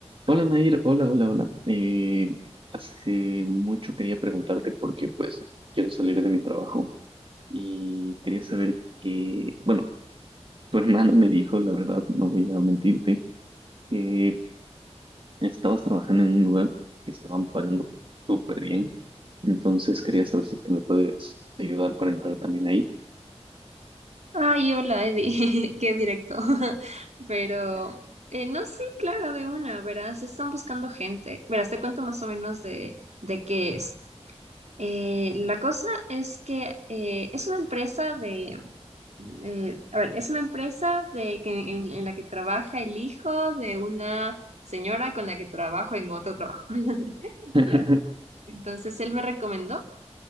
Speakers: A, on the right; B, on the right.
A: Hola Nair, hola, hola, hola. Eh, hace mucho quería preguntarte porque pues quiero salir de mi trabajo y quería saber que, bueno, tu <laughs> hermana me dijo, la verdad, no voy a mentirte, que estabas trabajando en un lugar que estaban pagando súper bien. Entonces quería saber si es que me puedes ayudar para entrar también ahí.
B: Ay, hola, Eddie, <laughs> qué directo. <laughs> Pero, eh, no, sí, claro, de una, verás, están buscando gente. Verás, te cuento más o menos de, de qué es. Eh, la cosa es que eh, es una empresa de, eh, a ver, es una empresa de, que, en, en la que trabaja el hijo de una señora con la que trabajo en otro trabajo. <laughs>
A: <laughs>
B: ¿Ya? Entonces, él me recomendó